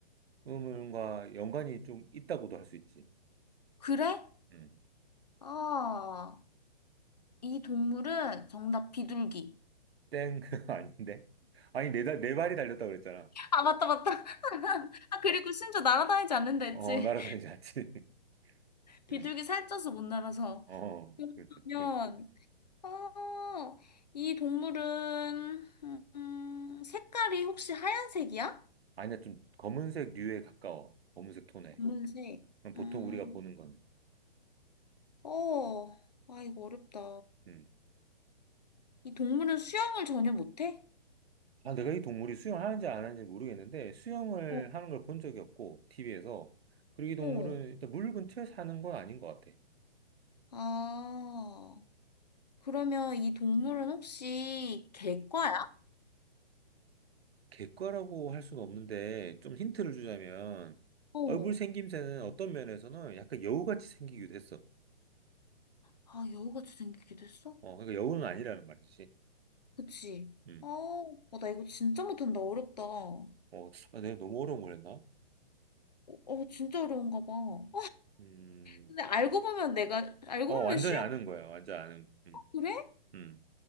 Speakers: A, on the right; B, on the left.
A: 음과 연관이 좀 있다고도 할 수 있지.
B: 그래?
A: 음.
B: 아, 이 동물은 정답 비둘기.
A: 땡 <laughs> 아닌데? 아니 내, 달- 내 발이 달렸다 그랬잖아.
B: 아, 맞다, 맞다. <laughs> 아, 그리고 심지어 날아다니지 않는다 했지.
A: 어 날아다니지 않지. <laughs>
B: 비둘기
A: 음.
B: 살쪄서 못 날아서.
A: 어 그렇지.
B: 그러면,
A: 그렇지.
B: 어, 이 동물은, 음, 색깔이 혹시 하얀색이야?
A: 아니야 좀 검은색 류에 가까워. 검은색 톤에.
B: 검은색.
A: 그럼 보통
B: 음,
A: 우리가 보는 거는.
B: 어, 아, 이거 어렵다.
A: 음.
B: 이 동물은 수영을 전혀 못해?
A: 아 내가 이 동물이 수영하는지 안 하는지 모르겠는데 수영을
B: 어,
A: 하는 걸 본 적이 없고 TV에서. 그리고 이 동물은
B: 어.
A: 일단 물 근처에 사는 건 아닌 것 같아.
B: 아, 그러면 이 동물은 혹시 객과야?
A: 객과라고 할 수는 없는데 좀 힌트를 주자면
B: 어.
A: 얼굴 생김새는 어떤 면에서는 약간 여우같이 생기기도 했어.
B: 아, 여우같이 생기기도 했어?
A: 어, 그러니까 여우는 아니라는 말이지.
B: 그치?
A: 음.
B: 어, 어, 나 이거 진짜 못한다. 어렵다. 어,
A: 어, 아, 내가 너무 어려운 걸 했나?
B: 어, 진짜 어려운가 봐. <laughs> 어,
A: 음.
B: 근데 알고 보면 내가, 알고
A: 어,
B: 보면
A: 완전히
B: 쉬운,
A: 아는 거야. 완전 아는 거. 음.
B: 그래?
A: 음.